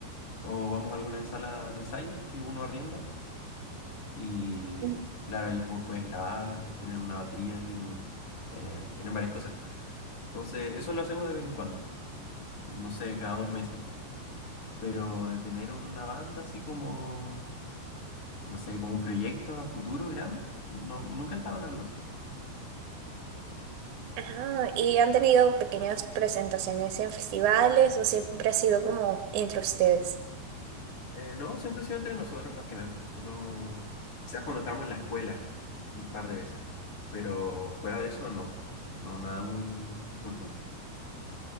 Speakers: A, on the left (about 35°); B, on the right (about 55°).
A: o vamos a alguna sala de ensayo que uno arrienda y
B: Mm.
A: claro, ahí pu- puedes grabar, tienen una batería, tienen, eh, tienen varias cosas. Entonces, eso lo hacemos de vez en cuando, no sé, cada dos meses, pero de tener una banda así como, no sé, como un proyecto a futuro grande, no, nunca estaba en algo así.
B: Ajá, ¿y han tenido pequeñas presentaciones en festivales o siempre ha sido como entre ustedes?
A: Eh, no, siempre ha sido entre nosotros más que nada. No, quizás cuando estábamos en la escuela un par de veces, pero fuera de eso no, no, nada muy importante.